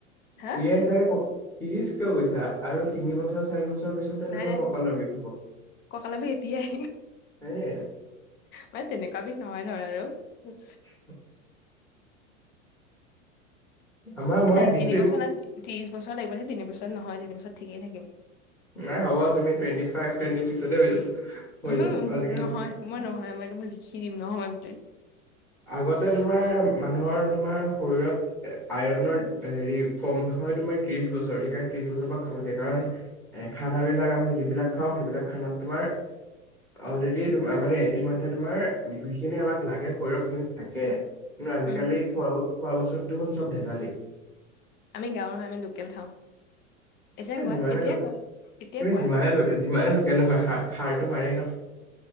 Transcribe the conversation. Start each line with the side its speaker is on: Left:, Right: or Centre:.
Left: হা
Centre: তিয়াছাগে? ত্ৰিশ ক পইছা আৰু তিনিবছৰ চাৰি বছৰ। পিছতে
Left: নাই
Centre: তোমাৰ
Left: নাই
Centre: ককালৰ বিষ হব
Left: কঁকালৰ বিষ এতিয়াই
Centre: হে।
Left: মানে তেনেকুৱা বিষ নহয় ধৰ আৰু।
Centre: <unintelligible> আমাৰ মই
Left: নাই
Centre: দিনটো
Left: তিন বছৰ
Centre: একো
Left: নাই ত্ৰিশ বছৰ লাগিব সেই তিন বছ নহয় তিন বছৰত ঠিকেই থাকিম।
Centre: নাই হ'বুি টুৱেটি ফাইভ টুৱেণ্টি ছিক্স হৈ যাব। হৈ
Left: হম
Centre: যাব আজিকালি
Left: নহয় মই নহয় আমাক বুলিোল লিখি দিম নহয়ই বো।
Centre: আগতে তোমাৰ মানুহৰ তোমাৰ শৰীৰত আইৰনৰ হেৰি কম। হয় তোমাৰ ত্ৰিশ বছৰ সেইকাৰণে ত্ৰিশ বছৰ পৰা খাব দিয়া কাৰণ এ খানা বিলাক আমি যিবিলাক খাওঁ সেইবিলাক। মাৰ অলৰেড মানে ইতিমধে তোমাৰ যিখিনি আমাক লাগে। শ হেন থাকে কিন্তু আজিকালি
Left: উম
Centre: খোৱা ব খোৱা বস্তুটো হে চব ভেজালী।
Left: আমি গাঁৱৰ হয় মানে লোকেল খাওঁ, এতিয়া
Centre: এ
Left: কোৱা
Centre: যিমানে
Left: এতিয়াই
Centre: লো
Left: কোৱা এতিয়া
Centre: তুমি
Left: কোৱা
Centre: যিমানে, যিমানে লোকেল নোখোৱা সাৰটো মাৰেই ন'।